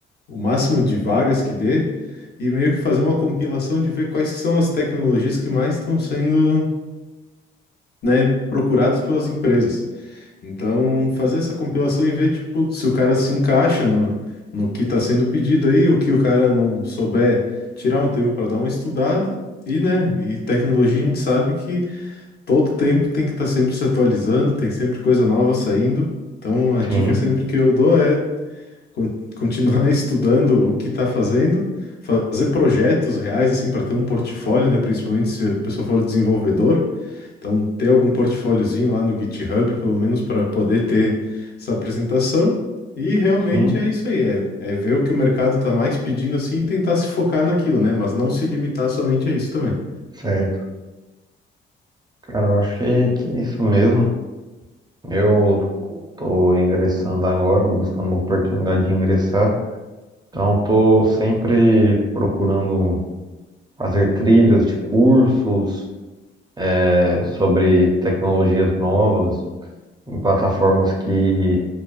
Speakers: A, on the left; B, on the right.
A: o máximo de vagas que dê e meio que fazer uma compilação de ver quais que são as tecnologias que mais estão sendo, né, procuradas pelas empresas. Então, fazer essa compilação e ver tipo se o cara se encaixa no, no que está sendo pedido aí, o que o cara não souber, tirar um tempo para dar uma estudada. E, né, e tecnologia a gente sabe que todo tempo tem que estar sempre se atualizando, tem sempre coisa nova saindo. Então, a dica
B: Sim,
A: sempre que eu dou é con- continuar <laughs> estudando o que está fazendo, fazer projetos reais assim para ter um portfólio, né? Principalmente se a pessoa for desenvolvedor, então ter algum portfóliozinho lá no GitHub, pelo menos para poder ter essa apresentação. E realmente
B: sim,
A: é isso aí, é, é ver o que o mercado está mais pedindo assim e tentar se focar naquilo, né? Mas não se limitar somente a isso também.
B: certo. Cara, eu achei que é isso mesmo. Eu tô ingressando agora, buscando uma oportunidade de ingressar. Então, estou sempre procurando fazer trilhas de cursos é, sobre tecnologias novas em plataformas que